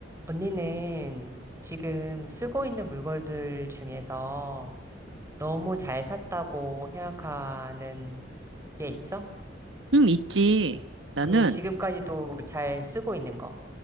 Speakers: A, on the right; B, on the right.
A: 언니는 지금 쓰고 있는 물건들 중에서 너무 잘 샀다고 생각하는 게 있어?
B: 응, 있지. 나는,
A: 그리고 지금까지도 잘 쓰고 있는 거.